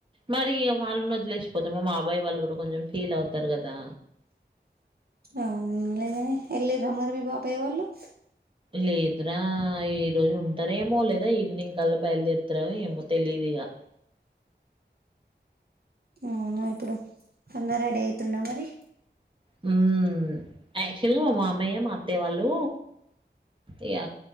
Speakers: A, on the right; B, on the right.
A: మరి వాళ్ళని వదిలేసిపోతామా మా బాబాయి వాళ్ళు కూడా కొంచెం ఫీల్ అవుతారు కదా
B: అవులేగనే ఎల్లి రా మరి మీ బాబాయి వాళ్ళు
A: లేదురా ఈ రోజు ఉంటారేమో లేదా ఈవినింగ్ కల్లా బయలుదేరుతారేమో తెలీదిక
B: అవునా ఇప్పుడు అన్నా రెడీ అయితుండా మరి
A: మ్ యాక్చ్యువల్ గా మా మావయ్య అత్తయ్య వాళ్ లు ఇక